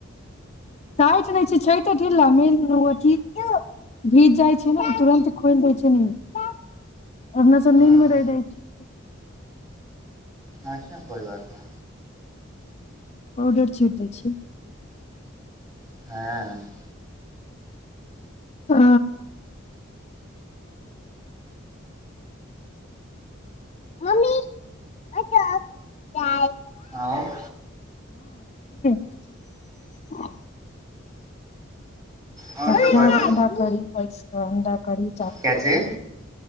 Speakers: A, on the left; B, on the right.
A: टाइट नहि छै छइ ढा मे अथ भीज जाइ छै ने तुरन्त खोल दै छै न अपना
B: हूं
A: सब नीन्द मे रहि दै छै
B: अचछा कोइ बात नहि
A: पाउडर छीट दै छीय
B: हँ
A: आ मम्मी ओत दाय
B: आँ
A: <inaudible>
B: आओर
A: ताड
B: सब बाजू
A: करी पै <unintelligible> अडा करी
B: क्या चिज